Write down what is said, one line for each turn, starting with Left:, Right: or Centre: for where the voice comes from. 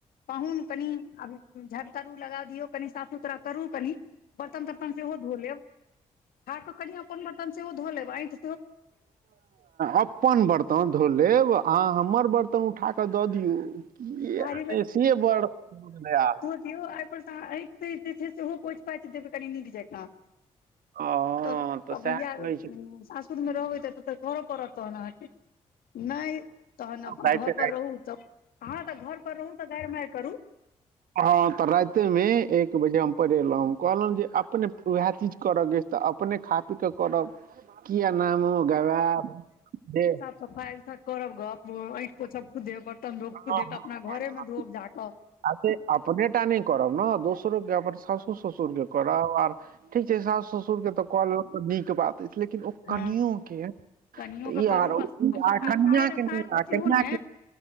Left: पाहुन कनि आब झारू तारू लगा दियौ कनि साफ सुथरा करू कनि बर्तन तर्तन से हो धो लेब खा कऽ कनि अपन बर्तन से हो धो लेब अंइठ
Right: अपन बर्तन धो लेब आ हमर बर्तन उठा कऽ दऽ दियौ कि
Left: थारी
Right: नहि से <unintelligible> बड़ आ
Left: कि यौ आइपर आँठि जे छै सेहो पोछि पाछि देबै कनि नीक जकां
Right: हँ
Left: तऽ तऽ
Right: सएह
Left: भैया
Right: कहै छै
Left: सासुर मे रहबै तऽ तऽ तऽ करऽ पड़त तहन अहाँ के नहि तहन अपन
Right: राति
Left: घर पर रहू तऽ अहाँ तऽ घर पर रहू तऽ गारि मारि करू
Right: हाँ तऽ रात्रि मे एक बजे हम परेलहुँ कहलहुँ जे अपने उएह चीज करय के तऽ अपने खा पीक कऽ करब किया नामो गमायब जे
Left: सफाई करब गप ऐंठि पोछब खुदे बर्तन धोब
Right: ह
Left: खुदे तऽ अपना घरेमे
Right: <unintelligible>
Left: धोब जाकऽ
Right: अप अपने टा नहि करब ने दोसरो के अपन साउसो ससुरके करब आ ठीक छै सास ससुर के तऽ कऽ लेलहुँ तऽ नीक बात अछि लेकिन ओ
Left: हँ
Right: कनियो कऽ के
Left: कनियो
Right: तऽ
Left: के
Right: ई
Left: करू
Right: आर
Left: आषाढ़ि
Right: कनीयाँ
Left: असार
Right: के
Left: तऽ सेहो
Right: कनीआँ
Left: ने